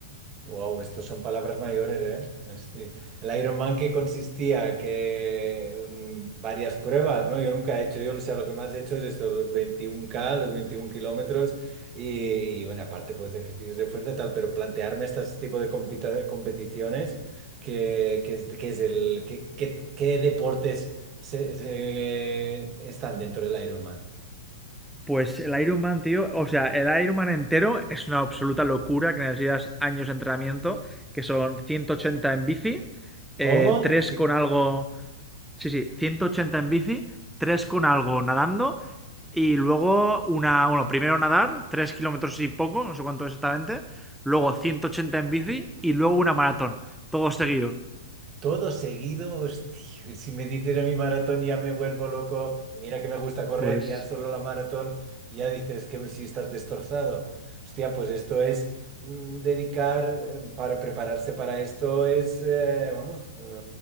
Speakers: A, on the right; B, in the centre.
A: Wow, estos son palabras mayores, ¿eh? Sí. El Ironman que consistía que mm, varias pruebas, ¿no? Yo nunca he hecho, yo o sea, lo que más he hecho es esto, los veintiún k los veintiún kilómetros y, y, bueno, aparte pues de ejercicios de fuerza y tal, pero plantearme este tipo de compita- competiciones, que, que es, que es el, que, que- qué deportes se- se- están dentro del Ironman?
B: Pues el Ironman, tío, o sea, el Ironman entero es una absoluta locura que necesitas años de entrenamiento, que son 180 en bici,
A: ¿Cómo?
B: eh, 3 con algo, sí, sí, 180 en bici, 3 con algo nadando y luego una, bueno, primero nadar, 3 kilómetros y poco, no sé cuánto exactamente, luego 180 en bici y luego una maratón, todo seguido.
A: Todo seguido, hostia, si me dices a mi maratón ya me vuelvo loco y mira que me gusta correr,
B: pues
A: ya solo la maratón, ya dices que si estás destrozado. Hostia, pues esto es mm, dedicar eh, para prepararse para esto es, eh, vamos, eh,